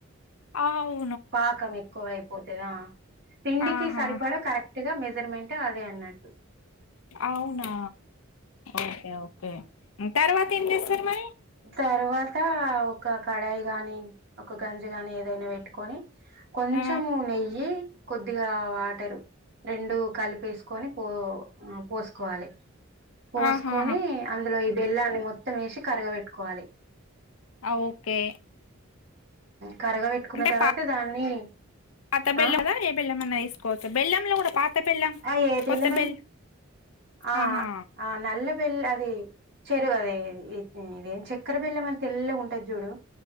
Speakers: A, on the left; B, on the right.
A: ఆవు
B: పాకం ఎక్కువయిపోతే ఆ పిండికి
A: ఆహా
B: సరిపడా కరెక్ట్గా మె సర్మెంట్ అంటే అదే అన్నట్టు
A: అవునా ఓకే ఓకే తర్వాత ఏం చేస్తారు మరి
B: తర్వాత ఒక కడాయి గాని ఒక గంజగాని ఏదైనా పెట్టుకొని కొంచెము
A: ఆ
B: నెయ్యి కొద్దిగా వాటరు రెండు కలిపేసుకొని పో పోసుకోవాలి పోసుకొని
A: ఆహా
B: అందులో వెళ్లాలి మో త్తం ఏసి కరగబెట్టుకోవాలి.
A: ఓకే
B: కరగ పెట్టుకున్న
A: అంటే
B: తర్వాత
A: పా-
B: దాన్ని
A: పాత బెల్లం
B: ఆ
A: కదా ఏ బెల్లమన్న ఏస్కోవచ్చ బెల్లంలో గుడా పాత బెల్లం
B: ఆ ఏ బెల్లమై
A: కొత్త బెల్
B: ఆ
A: ఆహా
B: ఆ నల్ల బెల్ అది చెరగది ఇదేం చక్కర బెల్లమని తెల్లగుంటద్ జూడు